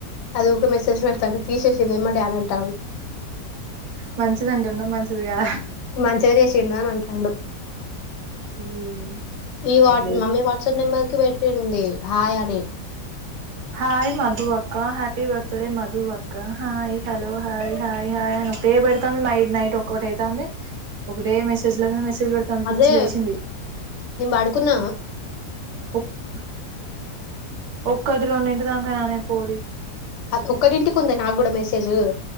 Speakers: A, on the left; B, on the right.
A: అది ఒక మెసేజ్ పెడతా అ తీసేసింది ఏమ్మడే అని అంటా ఉం
B: మంచిదంటున్న మంచ్ తుదిగా
A: మంచిగా చేసిండు అని అంటాడు
B: ఉమ్
A: ఈ వాట్
B: మళ్ళీ
A: మమ్మీ వాట్ కొత్త నెంబర్ క పెట్టింది హాయ్ అని
B: హయ్ మధు అక్క హ్యాపీ బర్త్డే మధు అక్క హాయ్ హలో హాయ్ హయ్ హా్ ఒకటే పెడుతోంది మై నైట్ ఒకౌట్ అవుతుంది ఒకటే మెసేజ్ లో మెసేజ్ పెడుతుంది
A: అదే
B: పిచ్చి లేసింది
A: నే పడుకున్న
B: ఒక్క ఒక్కటి రెండిటి దాక గా నే పోరీ
A: అ ఒక్కడింటికి ఉంది నాకు కూడా మెసేజ్